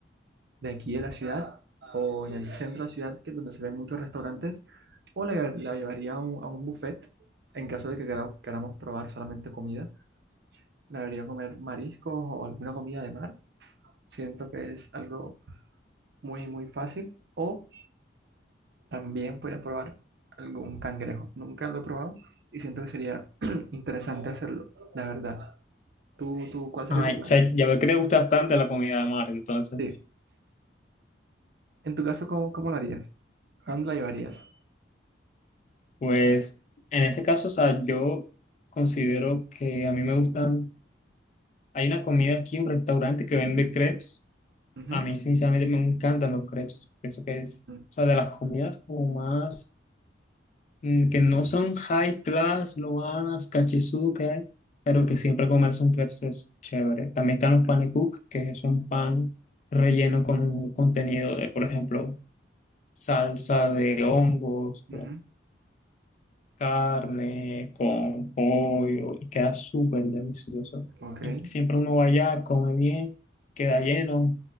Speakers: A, on the right; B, on the left.
A: de aquí de la ciudad o en el centro de la ciudad, que es donde se ven muchos restaurantes, o la, llevar- la llevaría a un, a un buffet en caso de que quera- queramos probar solamente comida. La debería comer mariscos o alguna comida de mar. Siento que es algo muy, muy fácil. O también podría probar algún cangrejo. Nunca lo he probado y siento que sería <clears throat> interesante hacerlo, la verdad. ¿Tú, tú, cuál sería
B: Ay,
A: tu plan?
B: o sea, ya veo que te gusta bastante la comida de mar, entonces.
A: Sí. En tu caso, ¿cómo, cómo lo harías? ¿A dónde la llevarías?
B: Pues en ese caso, o sea, yo considero que a mí me gustan, hay una comida aquí, un restaurante que vende crepes,
A: Ujú,
B: a mí sinceramente me encantan los crepes, pienso que es,
A: ujú,
B: o sea, de las comidas como más, mm, que no son high class, loanas, cachizudo que hay, pero que siempre comerse un crepes es chévere. También están los panekuk, que es un pan relleno con un contenido de, por ejemplo, salsa de hongos,
A: ujú,
B: carne con pollo y queda súper delicioso.
A: Ok.
B: Y siempre uno va allá, come bien, queda lleno.